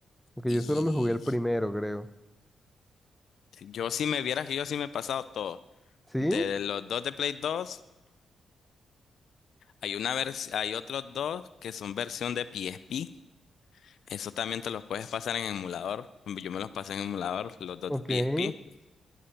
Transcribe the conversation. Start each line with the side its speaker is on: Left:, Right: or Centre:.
Centre: Porque
Left: y
Centre: yo solo me jugué el primero, creo.
Left: yo si me vieras que yo sí me he pasado todo.
Centre: ¿Sí?
Left: De los dos de Play 2 hay una vers- hay otros dos que son versión de PSP. Eso también te los puedes pasar en emulador. Yo me los pasé en emulador, los dos
Centre: Ok.
Left: de PSP.
Centre: El